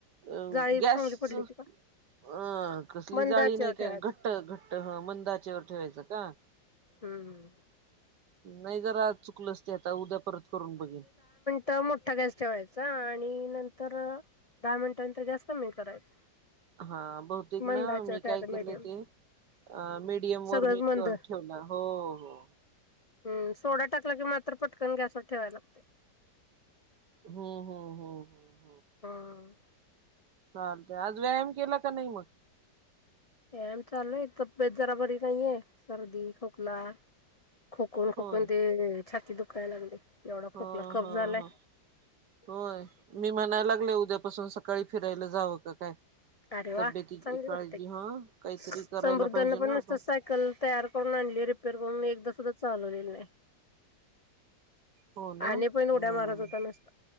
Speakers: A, on the right (about 65°); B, on the left (about 60°).
A: अ
B: जाळी
A: गॅस
B: चांगली पडली
A: अं
B: होती का
A: कसली
B: मंद
A: जाळी
B: आचेवर
A: नाही
B: ठेवायच
A: काय घट्ट घट्ट मंदाचेवर ठेवायचं का.
B: हम्म हम्म.
A: नाही जरा चुकलंच ते आता उद्या परत करून बघीन.
B: तर मोठा गॅस ठेवायचा आणि नंतर दहा मिनटानंतर गॅस कमी करायचा.
A: हा बहुतेक
B: मंद
A: ना
B: आचेवर
A: मी
B: ठेवायचा
A: काय केले
B: मीडियम
A: ते. अ मीडियम
B: सगळंच
A: वर मी
B: मंद
A: ठेवलं हो हो.
B: हम्म सोडा टाकला कि मात्र पटकन गॅसवर ठेवायला लागते.
A: हो हो हो हो.
B: हम्म.
A: चालत आज व्यायाम केला का नाही मग.
B: व्यायाम चालूये तब्येत जरा बरी नाहीये सर्दी, खोकला. खोकून खोकून
A: होय
B: ते छाती दुखायला लागली एवढा
A: ह
B: खोकला कप
A: ह
B: झालाय.
A: ह होय मी म्हणायला लागले उद्यापासून सकाळी फिरायला जावं काय का?
B: अरे वा
A: तब्येतीची
B: चांगली
A: काळजी
B: गोष्टय की
A: हा काहीतरी करायला
B: समृद्धना
A: पाहिजे ना
B: पण नुसत
A: आपण
B: सायकल तयार करून आणली रिपेअर करून एकदा सुद्धा चालवलेलं नाही.
A: हो ना
B: आणि पण
A: हम्म
B: उड्या मारत होता नुसता.